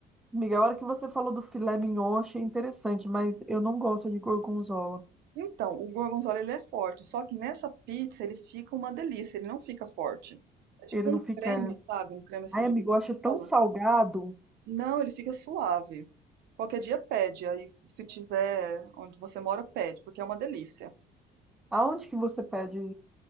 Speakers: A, in the centre; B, on the right.
A: Amiga, a hora que você falou do filé mignon, eu achei interessante, mas eu não gosto de gorgonzola.
B: Então, o gorgonzola ele é forte, só que nessa pizza ele fica uma delícia, ele não fica forte. É tipo
A: Ele
B: um
A: não fica.
B: creme,
A: né?
B: sabe? Um creme assim
A: Ai,
B: de
A: amigo,
B: gorgonzola.
A: eu acho tão salgado.
B: Não, ele fica suave. Qualquer dia pede, aí se se tiver onde você mora, pede, porque é uma delícia.
A: Aonde que você pede? Ai,